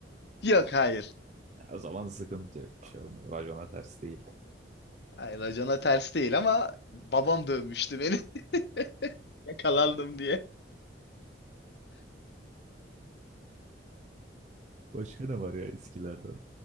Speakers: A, on the left; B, on the right.
A: <laughs> Yok hayır.
B: O zaman sıkıntı yok. Bir şey olmadı. Racona ters değil.
A: Hayır racona ters değil ama babam dövmüştü beni <laughs> yakalandım diye.
B: Başka ne var ya eskilerden?